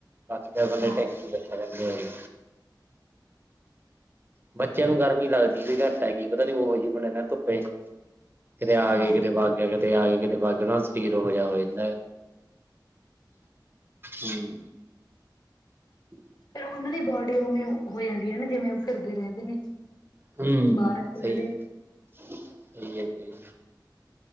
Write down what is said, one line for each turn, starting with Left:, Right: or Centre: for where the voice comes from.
Right: ਬਾਕੀ ਫ ਬੰਦੇ
Left: ਹਾਂ
Right: ਟੈਕ ਕੇ ਰਹਿੰਦੇ ਹੈਗੇ। ਬੱਚਿਆਂ ਨੂੰ ਗਰਮੀ ਲੱਗਦੀ ਵੀ ਘੱਟ ਹੈਗੀ, ਪਤਾ ਨੀ ਉਹੋ ਜਿਹੀ ਬਡ ਧੁੱਪੇ ਕਿਤੇ ਆ
Left: ਹਾਂ
Right: ਗ, ਕਿਤੇ ਵਗ ਗਿਆ, ਕਿਤੇ ਆ ਗ, ਕਿਤੇ ਬਾਗ ਗਿਆ, ਨਾ ਦਾ ਸਰੀਰ ਉਹੋ ਜਿਹਾ ਹੋ ਜਾਂਦਾ। ਹਮ। ਹਮ।
Left: ਫਿਰ ਉਹਨਾਂ ਦੀ ਬੋਡੀ ਉਵੇਂ ਹੋ ਜਾਂਦੀ ਹੈ ਨਾ, ਜਿਵੇਂ ਉਹ ਫਿਰਦੇ ਰਹਿੰਦੇ ਨੇ।
Right: ਹਮ
Left: ਬਾਹਰ ਖੇਡਦੇ
Right: ਸਹੀ ਹੈ, ਸਹੀ ਸਹੀ।